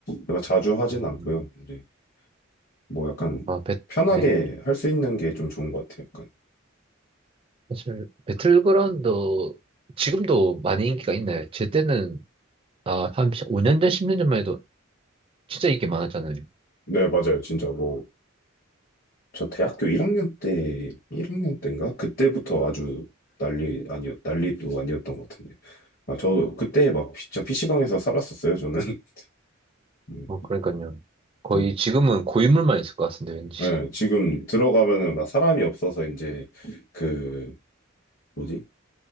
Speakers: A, on the left; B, on the right.
A: 내가 자주 하진
B: 음,
A: 않고요. 이제 뭐 약간
B: 아, 배,
A: 편하게
B: 네네.
A: 할 수 있는 게 좀 좋은 것 같아요. 약간
B: 사실, 배틀그라운드 지금도 많이 인기가 있나요? 제 때는, 아, 한 5년 전, 10년 전만 해도 진짜 인기 많았잖아요.
A: 네 맞아요. 진짜 뭐 저 대학교 1학년 때 1학년 때인가 그때부터 아주 난리 아니었 난리도 아니었던 것 같은데. 아, 저 그때 막 진짜 PC방에서 살았었어요, 저는. <laughs> 음,
B: 어, 그러니까요. 거의
A: 음.
B: 지금은 고인물만 있을 것 같은데, 왠지.
A: 예, 지금 들어가면은 막 사람이 없어서 이제 그 뭐지?